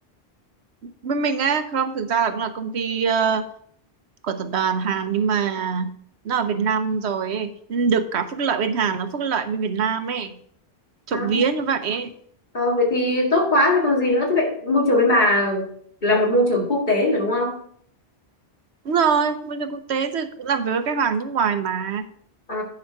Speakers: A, on the right; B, on the left.
A: Bên mình á không thực ra là cũng là công ty ờ, của tập đoàn Hàn nhưng mà nó ở Việt Nam rồi ấy. Nên được cả phúc lợi bên Hàn nó phúc lợi bên Việt Nam ấy trộm
B: À,
A: vía như vậy ấy.
B: ờ, vậy thì tốt quá thì còn gì nữa thế vậy môi trường bên bà là một môi trường quốc tế rồi đúng không
A: Đúng rồi, bây giờ quốc tế thì cũng làm việc với các hàng nước ngoài mà.
B: à